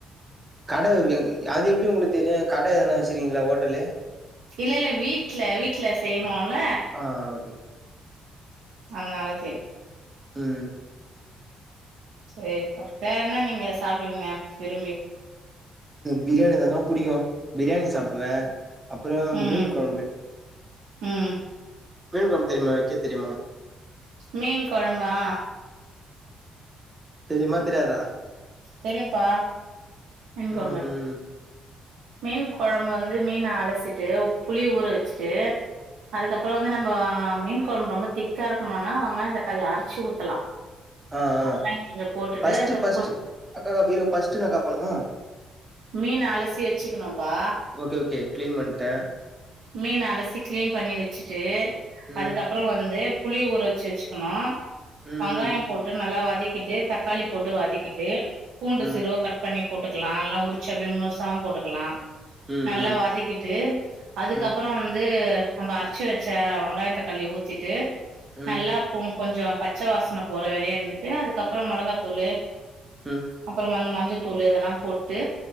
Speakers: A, on the right; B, on the right.
A: கட <unintelligible> அது எப்டி உங்களுக் தெரியு கட எதனா வச்சுருகிங்ளா ஹோட்டலு
B: இல்லெல்ல வீட்ல வீட்ல செய்றோல்ல
A: ஆ ஓகே, ஓகே.
B: அதனால தெரி
A: ம்
B: சேரிப்பா வேற என்ன நீங்க சாப்டுவிங்க விரும்பி
A: பிரியாணிதாங்கா புடிக்கு பிரியாணி சாப்டுவே அப்புறோ
B: ம்
A: மீன் கொழம்பு
B: ம்
A: மீன் கொழம்பு தெரிமா வக்க தெரியுமா?
B: மீன் கொழம்பா
A: தெரிம்மா தெரியாதா
B: தெரியும்பா மீன் கொழம்பு
A: ம், ம்.
B: மீன் கொழம்பு வந்து மீன அலசிட்டு புளி ஊற வச்சுட்டு அதுக்கப்றோ வந்து நம்ப மீன் கொழம்பு ரொம்ப திக்கா இருக்கணுனா வெங்காய தக்காளி அரச்சு ஊத்தலா
A: ஆ ஆ
B: வெங்காயோ கொஞ்சோ போட்டுட்டு
A: ஃபஸ்டு
B: அதுக்கப்
A: ஃபஸ்டு அக்காக்கா இருகா ஃபஸ்ட்டு இன்னாக்கா பண்ணு
B: மீன அலசி வச்சுக்கணும்ப்பா
A: ஓகே, ஓகே. கிளீன் பண்ட்டே.
B: மீன அலசி க்ளீன் பண்ணி வச்சுட்டு
A: ம்,
B: அதுக்கப்றோ வந்து புளி ஊற வச்சு வச்சுக்கணு
A: ம்,
B: வெங்காயம்
A: ம்.
B: போட்டு நல்லா வ வதக்கிட்டு தக்காளி போட்டு வதக்கிட்டு பூண்டு
A: ம்,
B: சிறுவ கட் பண்ணி போட்டுக்கலா இல்ல உரிச்சு அப்டியே முழுசாவு போட்டுக்கலா.
A: ம், ம்.
B: நல்லா வதக்கிட்டு அதுக்கப்பறோ
A: ம்,
B: வந்து நம்ப அரச்சு வச்ச வெங்காயோ தக்காளி ஊத்திட்டு
A: ம்,
B: நல்லா பொங் கொஞ்சோ பச்ச வாசன போற வரையு இருந்துட்டு அதுக்கப்புறோ மொளகாத்தூளு
A: ம்,
B: அப்புறோ அந்த மஞ் சத்தூளு இதெல்லாம் போட்டு